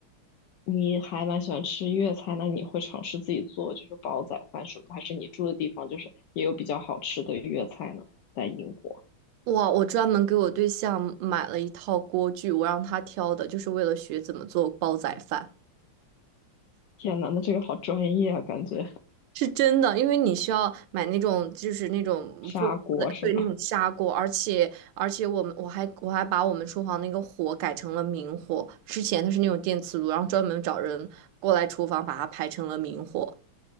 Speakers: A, on the left; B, on the right.
A: 你还蛮喜欢吃粤菜，那你会尝试自己做就是煲仔饭什么的，还是你住的地方就是也有比较好吃的粤菜呢？在英国，
B: 哇，我专门给我对象买了一套锅具，我让他挑的，就是为了学怎么做煲仔饭。
A: 天呐，那这个好专业啊，感觉
B: 是真的，因为你需要买那种，就是那种做煲仔，
A: 砂锅是吗？
B: 对，那种砂锅，而且而且我们我还我还把我们厨房那个火改成了明火，之前它是那种电磁炉，然后专门找人过来厨房把它排成了明火。